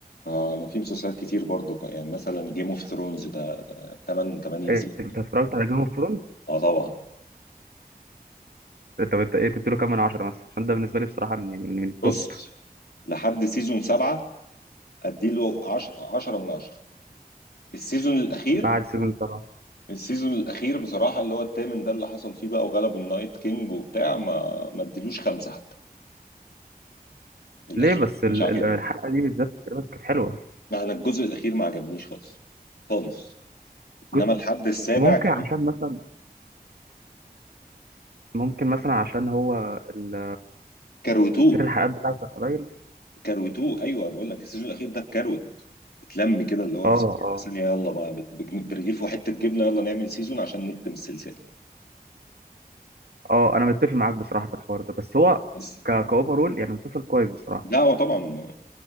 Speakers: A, on the left; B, on the right.
A: اه انا في مسلسلات كتير برضو ك- يعني مثلا جيم اوف ثرونز ده 8 8
B: إيه،
A: سيزون
B: انت اتفرجت على جيم اوف ثرونز
A: اه طبعا
B: انت بت- ايه تديله كام من عشرة مثلا عشان ده بالنسبة لي بصراحة من يعني من من التوب
A: بص لحد سيزون 7 اديله 10 10 من 10 السيزون الاخير
B: بعد سيزون سبعة
A: السيزون الاخير بصراحة اللي هو الثامن ده اللي حصل فيه بقى وغلبوا النايت كينج وبتاع ما ما اديلوش خمسة حتى الاخير
B: ليه بس ال-
A: مش عاجبني
B: ال- الحلقة دي بالذات تقريبا كانت حلوة
A: لا انا الجزء الاخير ما عجبنيش خالص خالص انما
B: جزء
A: الحد السابع
B: ممكن
A: جميل
B: عشان مثلا ممكن مثلا عشان هو ال-
A: كروتوه
B: سير الحلقات بتاعته كان قليل
A: كروتوه ايوه بقول لك السيزون الاخير ده اتكروت اتلم كده اللي هو
B: اه
A: في ثانيه
B: اه
A: ثانية، يلا بقى بت- بجن- برغيف وحته جبنه يلا نعمل سيزون عشان نختم السلسله
B: اه انا متفق معاك بصراحة في الحوار ده بس هو
A: بس
B: ك- كاوفرول يعني مسلسل كويس بصراحة
A: لا هو طبعا